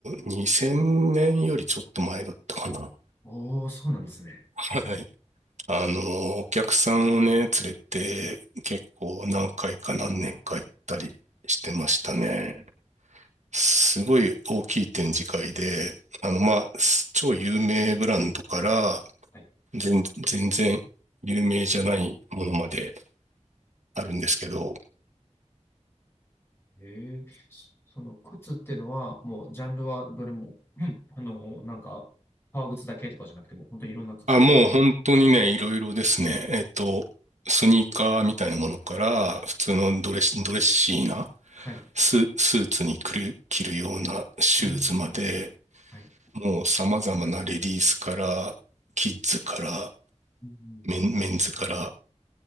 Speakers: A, on the right; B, on the left.
A: 2000年よりちょっと前だったかな。
B: おー、そうなんですね。
A: はい。あの、お客さんをね、連れて、結構何回か何年か行ったりしてましたね。すごい大きい展示会で、あの、まあ、超有名ブランドから、
B: はい。
A: 全、全然有名じゃないものまであるんですけど、
B: ええ、そその靴っていうのは、もうジャンルはどれも、うん、あの、なんか、革靴だけとかじゃなくても、本当にいろんな靴を。
A: あ、もう本当にね、いろいろですね。えっと、スニーカーみたいなものから、普通のドレス、
B: はい。
A: ドレッシーな
B: はい。
A: ス、スーツにくる、着るようなシューズまで、
B: あーはい。
A: もう様々なレディースから、キッズから、
B: うん
A: メン、メンズから、